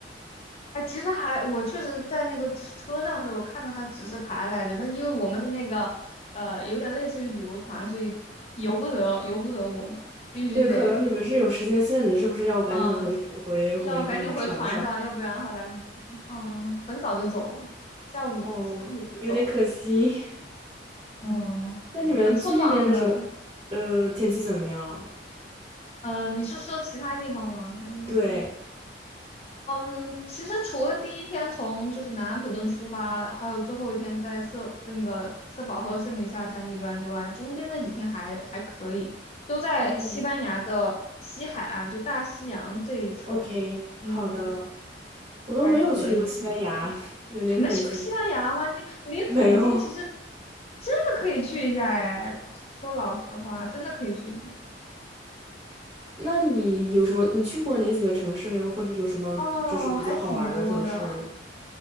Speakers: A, on the left; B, on the right.
A: 哎，其实还我确实在那个车上的时候看到他指示牌来着，但是因为我们是那个，呃，有点类似于旅游团，所以由不得由不得我们，必须得，
B: 对，可能你们是有时间限制，是不是要赶紧回回回那个船上？
A: 嗯、呃要赶紧回船上，要不然的话来不及。嗯，很早就走了，下午三点就走了。
B: 哦，有点可惜。<laughs>
A: 嗯，
B: 那你们去那边的时候，
A: 很匆忙的。
B: 呃，天气怎么样？
A: 呃，你是说其他地方吗？还是？
B: 对，
A: 嗯，其实除了第一天从就是南安普顿出发，还有最后一天在色那个色保和圣米夏尔山一般之外，中间那几天还还可以，都在西班牙的西海岸，
B: 嗯
A: 就大西洋这一侧，
B: ，OK，
A: 嗯，
B: 好的。我都没有去过西班牙，
A: 还可以。
B: <laughs> 有点可惜。
A: 你们去过西班牙吗？你离得很近，
B: 没有。
A: 其实真的可以去一下哎。说老实话，真的可以去一下。
B: 那你有什么？你去过哪几个城市呀？或者有什么就是比较好玩儿的城市？
A: 哦，还挺多的。